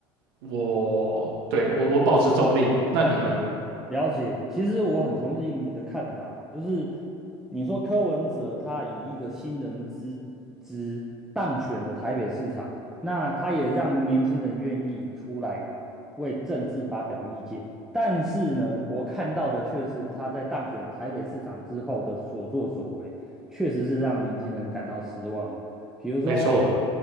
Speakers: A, on the right; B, in the centre.
A: 我对我我保持中立。那你呢？
B: 了解，其实我很同意你的看法啊，就是你说柯文哲他以一个新人之姿当选了台北市长，那他也让年轻人愿意出来为政治发表意见。但是呢，我看到的却是他在当选台北市长之后的所作所为，确实是让年轻人感到失望的。比如说
A: 没错，